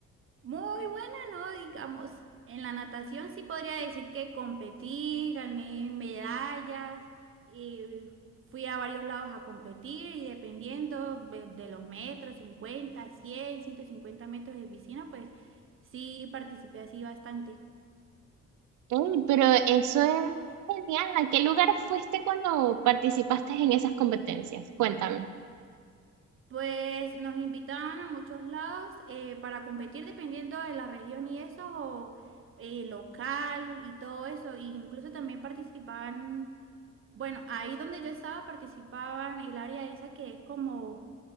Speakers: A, on the right; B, on the right.
A: Muy buena, ¿no? Digamos, en la natación sí podría decir que competí, gané medallas y fui a varios lados a competir y dependiendo de, de los metros, cincuenta cien ciento cincuenta metros de piscina, pues sí participé así bastante.
B: Ey, pero eso es genial. ¿A qué lugares fuiste cuando participaste en esas competencias? Cuéntame.
A: Pues nos invitaban a muchos lados eh, para competir dependiendo de la región y eso, o eh, local y todo eso. E incluso también participaban Bueno, ahí donde yo estaba participaban el área esa que es como